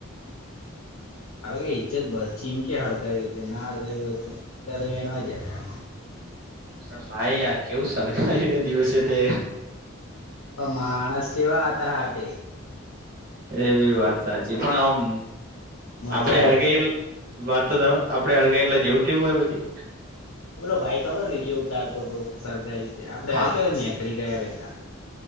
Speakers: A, on the left; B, on the right.
A: હવે ઈજ્જત બત ચીમકે હડકાવ એટલે ના હડકાવ હોય તો ત્યારે વેણવા જતા
B: પણ ભાઈ આ કેવું સરળગાય્યું દિવસે તે
A: માણસવા આતા હ તે
B: એવી વાત સાચી પણ આમ
A: મજા
B: આપડે
A: આઈ
B: હળગઈ વાત તો સા આપડે હળગ એટલે જેવું તેવું હોય પછી
A: બોલો ભાઈ ખબર વિડીયો ઉતારતો તો સરગાઈ આપડે
B: હા
A: હાર કેવાય આકળી ગયા પેહલા